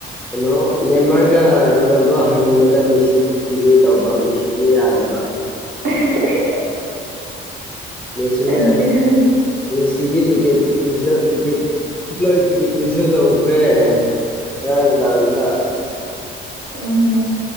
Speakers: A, in the centre; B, on the right.
A: ꯀꯩꯅꯣ ꯅꯦꯝꯃꯔꯒ ꯔꯣꯅꯥꯜꯗꯣ ꯍꯟꯕꯗ ꯃꯦꯁꯤꯁꯨ ꯄꯨꯒꯦ ꯇꯧꯕ ꯃꯦꯁꯤꯅ ꯌꯥꯗꯕ
B: <unintelligible>
A: ꯃꯦꯁꯤꯅ
B: ꯑꯗꯨ
A: ꯃꯦꯁꯤꯒꯤ ticket cancel ticket flight ticket cancel ꯇꯧꯈ꯭ꯔꯦ ꯉꯔꯥꯡ ꯗꯥꯡꯗꯅ
B: ꯎꯝ